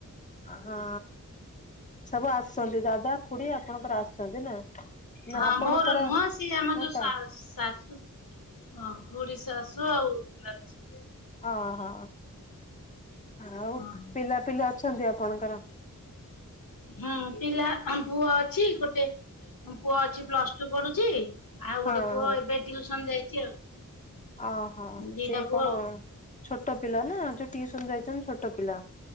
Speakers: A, on the left; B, on the left.
A: ହଁ ସବୁ ଆସୁଛନ୍ତି ଦାଦା ଖୁଡି ଆପଣଙ୍କର ଆସୁଛନ୍ତି ନା? ନା
B: ହଁ
A: ଆପଣଙ୍କର
B: ମୋର ନୁହଁ ସିଆଉ ଆମ
A: ମୋ
B: ଯୋ
A: ତା
B: ଶାଶୁ ହଁ ଖୁଡି ଶାଶୁ ଆଉ ଦଦା ଶଶୁ
A: ହଁ ହଁ ଆଉ
B: ହଁ।
A: ପିଲାପିଲି ଅଛନ୍ତି ଆପଣଙ୍କର?
B: ହୁଁ ପିଲା ପୁଅ ଅଛି ଗୋଟେ ପୁଅ ଅଛି ପ୍ଲସ ଟୁ ପଢୁଛି। ଆଉ
A: ହଁ
B: ଗୋଟେ ପୁଅ ଏବେ ଟିଉସନ ଯାଇଛି ଆଉ।
A: ଅହୋ
B: ଦିଟା
A: ସେ
B: ପୁଅ
A: କଣ
B: ଆଉ
A: ଛୋଟ ପିଲା ନା ଯୋଉ ଟିସନ ଯାଇଛନ୍ତି ଛୋଟ ପିଲା।